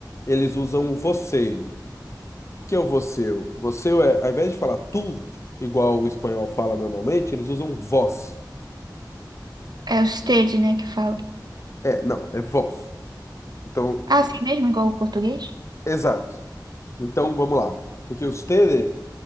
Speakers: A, on the left; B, on the right.
A: eles usam o você. O que é o voceu? Voceu é, ao invés de falar tu, igual o espanhol fala normalmente, eles usam vós.
B: É o stage, né, que fala.
A: É, não, é vós. Então,
B: Ah, assim mesmo, igual o português?
A: exato. Então, vamos lá. Porque o usted